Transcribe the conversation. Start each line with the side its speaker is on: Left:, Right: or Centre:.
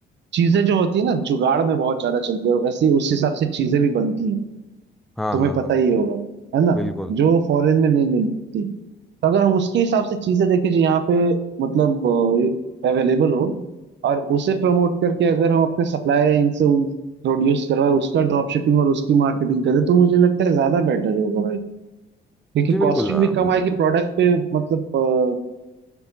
Right: चीजें जो होती है ना जुगाड़ में बहुत ज्यादा चलती है और ऐसे ही उस हिसाब से चीजें भी बनती हैं
Centre: हाँ
Right: तुम्हें
Centre: हाँ
Right: पता
Centre: हाँ
Right: ही होगा है ना
Centre: बिल्कुल
Right: जो फॉरेन में नहीं मिलती तो अगर हम उसके हिसाब से चीजें देखें जो यहाँ पे मतलब अवेलेबल हो और उसे प्रमोट करके अगर हम अपने सप्लायर इनसे उन प्रोड्यूस करवाए उसका ड्रॉप शिपिंग और उसकी मार्केटिंग करें तो मुझे लगता है ज्यादा बेटर होगा भाई क्योंकि
Centre: जी बिल्कुल
Right: कॉस्टिंग भी
Centre: अम,
Right: कम आएगी प्रोडक्ट पे मतलब अ,